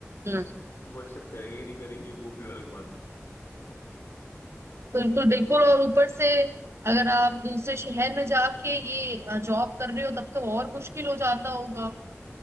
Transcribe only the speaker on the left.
वो एक्सेप्ट करेंगे कि नहीं करेंगे वो भी अलग बात है